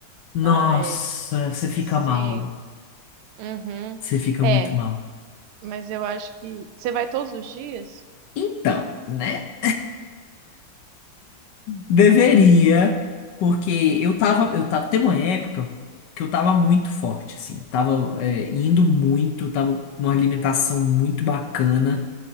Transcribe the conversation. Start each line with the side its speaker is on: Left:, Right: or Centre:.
Left: Nossa,
Right: Ah, é.
Left: você
Right: Sim.
Left: fica mal.
Right: Uhum.
Left: Você fica
Right: É,
Left: muito mal.
Right: mas eu acho que. Você vai todos os dias?
Left: Então, né? Deveria, porque eu tava, eu tava, teve uma época que eu tava muito forte, assim. Tava, é, indo muito, tava com uma alimentação muito bacana.